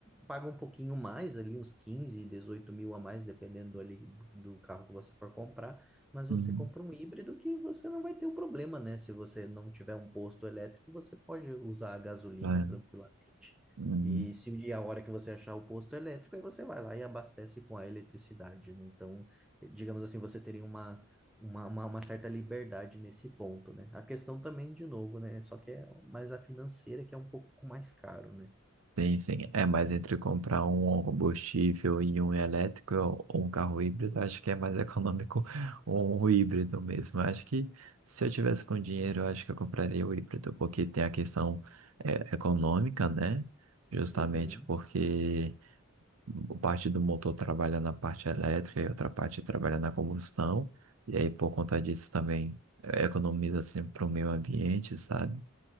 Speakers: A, in the centre; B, on the right (about 80°).
A: paga um pouquinho mais ali, uns 15 18 mil a mais, dependendo ali do do carro que você for comprar mas
B: Hum,
A: você compra um híbrido que você não vai ter o problema, né? Se você não tiver um posto elétrico, você pode usar a gasolina
B: é.
A: tranquilamente.
B: Hum.
A: E se o dia a hora que você achar o posto elétrico, aí você vai lá e abastece com a eletricidade, né? Então, eh, digamos assim, você teria uma, uma, uma, uma certa liberdade nesse ponto, né? A questão também, de novo, né? Só que é mais a financeira que é um pouco mais caro, né?
B: Sim, sim. É, mas entre comprar um combustível e um elétrico ou um carro híbrido, acho que é mais econômico <laughs> um híbrido mesmo. Acho que se eu tivesse com dinheiro, eu acho que eu compraria o híbrido, porque tem a questão é, econômica, né? Justamente
A: Uhum,
B: porque o parte do motor trabalha na parte elétrica e outra parte trabalha na combustão. E aí, por conta disso, também é, economiza assim, para o meio ambiente, sabe?